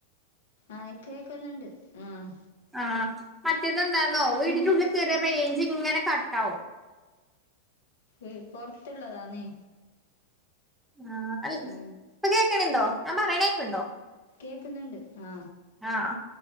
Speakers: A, on the left; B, in the centre.
A: ആഹ് കേക്കുന്നുണ്ട് ആഹ്
B: ആഹ് മറ്റേത് എന്താന്നോ വീടിന്റെ
A: കുഞ്ഞു
B: ഉള്ളിൽ കേറിയ റേഞ്ച് ഇങ്ങനെ കട്ടാവും.
A: ഈ പുറത്തുള്ളതാന്നെ
B: ആഹ് അല്ല ഇപ്പൊ
A: ആ,
B: കേൾക്കണണ്ടോ ഞാൻ പറയണ കേക്കണ്ടോ?
A: കേൾക്കുന്നുണ്ട് ആ
B: ആഹ്